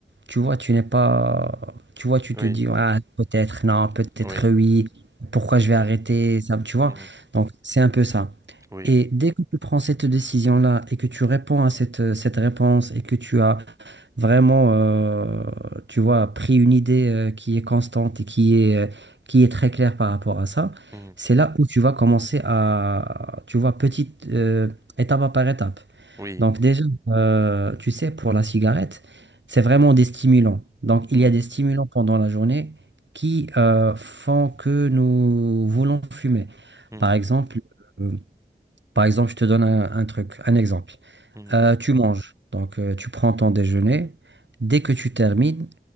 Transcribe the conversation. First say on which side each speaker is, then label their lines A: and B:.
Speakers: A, on the right; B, on the right.
A: tu vois, tu n'es pas, tu vois, tu
B: Oui,
A: te dis, ah, peut-être, non, peut-être
B: oui,
A: oui, pourquoi je vais
B: mhm,
A: arrêter ça, tu vois?
B: mhm,
A: Donc c'est un peu ça.
B: oui,
A: Et dès que tu prends cette décision-là et que tu réponds à cette, cette réponse et que tu as Vraiment, euh, tu vois, pris une idée euh, qui est constante et qui est, euh, qui est très claire par rapport à ça,
B: mhm,
A: c'est là où tu vas commencer à, tu vois, petite euh, étape par étape.
B: oui,
A: Donc déjà, euh, tu sais, pour la cigarette, c'est vraiment des stimulants. Donc
B: mhm,
A: il y a des stimulants pendant la journée qui euh, font que nous voulons fumer.
B: mhm,
A: Par exemple, euh, par exemple, je te donne un un truc, un exemple.
B: mhm,
A: Euh, tu manges, donc euh, tu prends ton déjeuner. Dès que tu termines,